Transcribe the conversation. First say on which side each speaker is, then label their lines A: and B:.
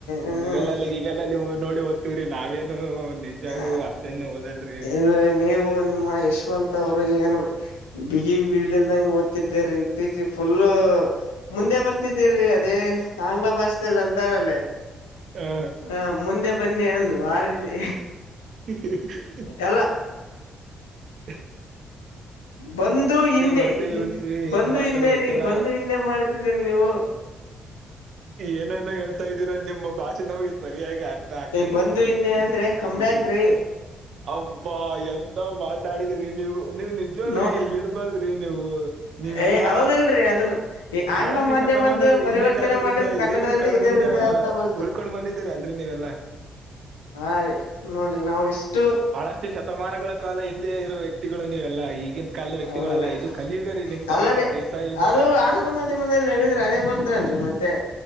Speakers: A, on the left; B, on the right.
A: ಹ್ಮ್
B: ಗೂಗಲಲ್ಲಿ ಗೀಗಲಲ್ಲಿ ನೋಡಿ ಓದ್ತಿವ್ರಿ ನಾವೇನು <unintelligible>
A: ಹ
B: ಅಷ್ಟೇನು ಓದಲ್ರಿ
A: ಇ ನೀವು ನಿಮ್ಮ ಯಶವಂತ್ ಅವ್ರು ಏನು ಬಿಗಿ ಬಿಲ್ಡಿಲ್ದಗೆ ಓದ್ಿ ದ್ದ ರೀ ೀಚಿ ಫುಲ್ಲ ಮುಂದೆ ಬರ್ತಿದ್ದರೀ ಅದೇ ಆಂಗ್ಲ ಭಾಷೆಲ್ಲ ಅಂತಾರಲ್ಲೇ
B: ಹಾ.
A: ಆ ಮುಂದೆ ಬನ್ನಿ ಅಂದು ಆ ರೀತಿ
B: ಹ
A: ಎಲ್ಲ ಬಂದು ಹಿಂದೆ
B: ಬರ್ತೀವಿ ಬಿಡ್ತೀವಿ
A: ಬಂದು
B: ಏನ್ ಮಾಡ್ತಾರೋ
A: ಹಿಂದೆ
B: ಗೊತ್ತಿಲ್ಲ
A: ರೀ ಬಂದು ಹಿಂದೆ ಮಾಡ ೀರಿ ನೀವು
B: ಏನೇನ ಹೇಳ್ತಾ ಇದ್ರಾ ನಿಮ್ಮ ಭಾಷೆ ನಮ್ಗೆ ಸರಿಯಾಗಿ ಅರ್ಥ ಆಗ್ತ
A: ಬಂದು ಹಿಂದೆ ಅಂದ್ರೆ ಕಂಬ್ಯಾಕ್ ರೇ
B: ಅಬ್ಬಾ ಎಂತ ಮಾತಾಡಿದ್ರಿ ನೀವು ನೀವ್ ನಿಜವಲ್ರಿ
A: ನೋ
B: ಇಲ್ಲಿ ಇಡ್ಬ್ದ್ರಿ ನೀವು ನೀವೆಲ್ಲಾ
A: ಏ ಹೌದಲ್ರಿ ಅದನ್ನ ಈ
B: ಬಹಳಷ್ಟು
A: ಆಂಗ್ಲ ಮಾಧ್ಯಮದ್ದು
B: ಶತಮಾನದ ಹಿಂದೆ
A: ಪರಿವರ್ತನೆ
B: ಕಾಲದಿಂದ
A: ಮಾಡಿದ್ರ
B: ಹಿರಿಯರ
A: ಕನ್ನಡದಲ್ಲಿ
B: ಕಾಲದಿಂದ
A: ಇದೇ ರೀತಿ ಅರ್ಥ ಬರ್ತ್ರಿ
B: ಹುಳ್ಕ ತೊಂಡ ಬಂದಿದೀರಿ ಅಲ್ರಿ ನೀವೆಲ್ಲ
A: ಹಾ ರೀ ನೋಡ್ರಿ ನಾವು ಇಷ್ಟು
B: ಬಹಳಷ್ಟು ಶತಮಾನಗಳ ಕಾಲ ಹಿಂದೆ ಇರುವ ವ್ಯಕ್ತಿ ವ್ಯಕ್ತಿಗಳು ನೀವೆಲ್ಲಾ ಈಗಿನ ಕಾಲದ ವ್ಯಕ್ತಿಗಳಲ್ಲ
A: ಹೌದ್ರಿ
B: ಇದು ಕಲಿಯುಗ ರೀ ನಿಮ್ಗೆಲ್ಲಾ
A: ಅಲ್ಲರಿ
B: ತ್ರೇತಾಯುಗ
A: ಅದು ಆಂಗ್ಲ ಮಾಧ್ಯಮದಲ್ಲಿ ಹೇಳಿದ್ರೆ ಅದೇ ಬರ್ತಲ್ರಿ ಮತ್ತೆ